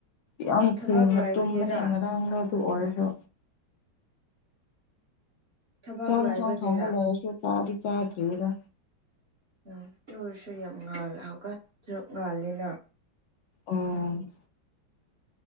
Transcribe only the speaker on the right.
ꯊꯕꯛ
ꯂꯥꯏꯕꯒꯤꯔꯥ
ꯊꯕꯛ
ꯂꯥꯏꯕꯒꯤꯔꯥ
ꯎꯝ ꯇꯨꯔꯁꯨ ꯌꯥꯝ ꯉꯥꯜꯂ ꯍꯧꯀ ꯊ ꯉꯥꯜꯂꯤꯦꯅ